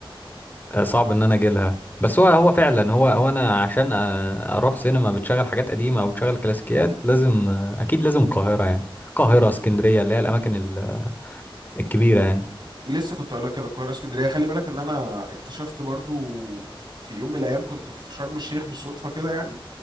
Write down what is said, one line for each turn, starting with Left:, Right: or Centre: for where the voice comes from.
Left: آه، صعب ان انا اجي لها بس هو هو فعلا هو هو انا عشان آه، اروح سينما بتشغل حاجات قديمه او بتشغل كلاسيكيات لازم آه، اكيد لازم القاهره يعني القاهره اسكندريه اللي هي الاماكن ال- الكبيره يعني
Right: لسه كنت اقول لك كده القاهرة اسكندرية خلي بالك ان انا اكتشفت برضو في يوم من الايام كنت في شرم الشيخ بالصدفة كده يعني